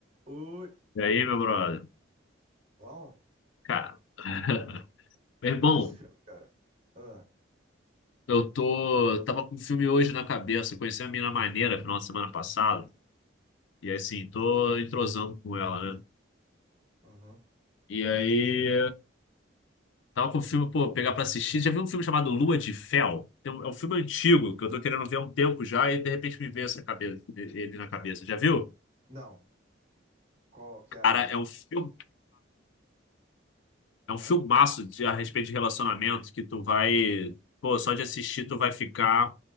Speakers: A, on the right; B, on the left.
A: Oi.
B: E aí, meu brother?
A: Bom,
B: Cara, <laughs> meu irmão,
A: e os filmes, cara? Ah,
B: eu tô, tava com um filme hoje na cabeça. Eu conheci uma mina maneira final de semana passada. E aí, assim, tô entrosando com ela, né?
A: uhum.
B: E aí, tava com o filme, pô, pegar pra assistir. Já viu um filme chamado Lua de Fel? Tem um- É um filme antigo que eu tô querendo ver há um tempo já. E de repente me veio essa cabeça, ele na cabeça. Já viu?
A: Não, qual que é a...
B: Cara, é um filme. É
A: Hã?
B: um filmaço de, a respeito de relacionamento que tu vai. Pô, só de assistir tu vai ficar